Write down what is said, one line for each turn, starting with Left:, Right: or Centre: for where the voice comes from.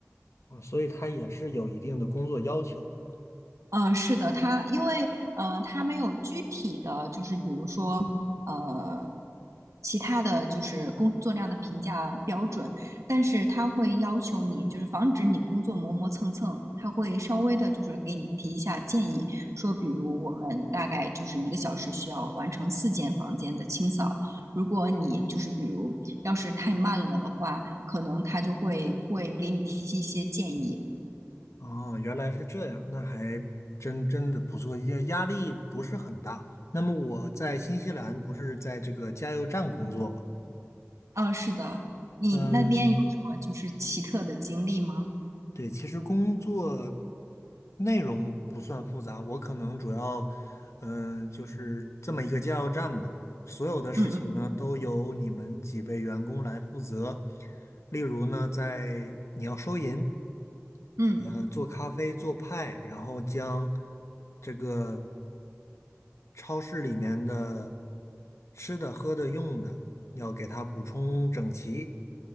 Left: 啊、所以它也是有一定的工作要求的。
Right: 呃，是的，他因为呃，他没有具体的就是比如说呃，其他的就是工作量的评价标准，但是他会要求你就是防止你工作磨磨蹭蹭，他会稍微的就是给你提一下建议，说比如我们大概就是一个小时需要完成四间房间的清扫，如果你就是比如要是太慢了的话，可能他就会会给你提一些建议。
Left: 哦，原来是这样，那还真真的不错，压压力不是很大。那么我在新西兰不是在这个加油站工作吗？
Right: 嗯，是的，你那边有什么就是奇特的经历吗？
Left: 嗯，对，其实工作内容不算复杂，我可能主要，嗯，就是这么一个加油站嘛，所有的事情呢都由你们几位员工来负责。
Right: 嗯嗯
Left: 例如呢，在你要收银，
Right: 嗯
Left: 呃，做咖啡、做派，然后将这个超市里面的吃的、喝的、用的要给它补充整齐。